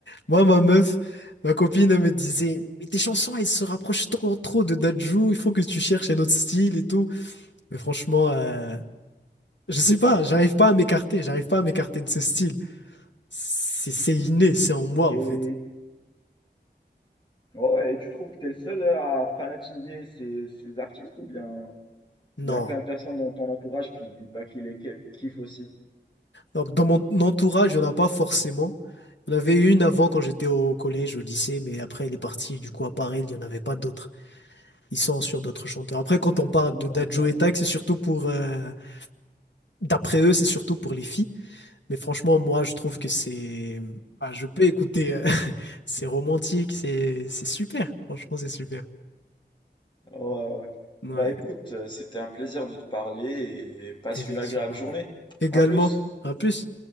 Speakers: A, on the left (about 85°); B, on the left (about 25°).
A: Moi, ma meuf, ma copine, elle me disait, mais tes chansons, elles se rapprochent trop, trop de Dadju, il faut que tu cherches un autre style et tout. Mais franchement, euh, je sais pas, j'arrive pas à m'écarter, j'arrive pas à m'écarter de ce style. C'est c'est inné, c'est en moi
B: Et
A: en fait.
B: ouais, ouais, et tu trouves que t'es le seul à fanatiser ces, ces artistes ou bien il
A: Non.
B: y a plein de personnes dans ton entourage qui, bah, qui les ki- kiffent aussi?
A: Donc, dans mon entourage, il n'y en a pas forcément. Il y en avait une avant quand j'étais au collège, au lycée, mais après, elle est partie. Du coup, à part elle, il n'y en avait pas d'autres. Ils sont sur d'autres chanteurs. Après, quand on parle de
B: D'accord.
A: Dadjo et Tag, c'est surtout pour. euh, d'après eux, c'est surtout pour les filles. Mais franchement, moi, je trouve que c'est. Ah, je peux écouter. euh, <laughs> c'est romantique, c'est c'est super. Franchement, c'est super.
B: Ouais, ouais.
A: Ouais,
B: Bah écoute, euh, c'était un plaisir de te parler et passe
A: effectivement.
B: une agréable journée.
A: ouais. Également.
B: À plus.
A: À plus.